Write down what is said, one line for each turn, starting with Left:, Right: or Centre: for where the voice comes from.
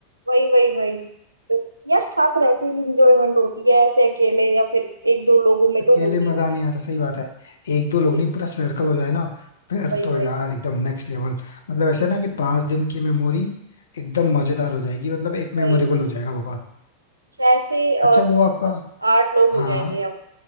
Right: वही वही वही यार साथ रह के भी इंजॉयमेंट होती है ऐसे अकेले या फिर एक दो लोगों में
Left: अकेले
Right: तो होती
Left: मजा
Right: नहीं
Left: नहीं
Right: है
Left: आता सही बात है एक दो लोग
Right: वही
Left: नहीं पूरा सर्कल हो जाए ना फिर
Right: वही
Left: तो
Right: वही
Left: यार एकदम नेक्स्ट लेवल मतलब ऐसा ना कि पांच दिन की मेमोरी एकदम मजेदार हो जाएगी मतलब एक मेमोरेबल
Right: वही
Left: हो जाएगा बहुत
Right: छह से
Left: अच्छा
Right: और
Left: वो आपका
Right: आठ लोग हो
Left: हाँ
Right: जाएंगे अब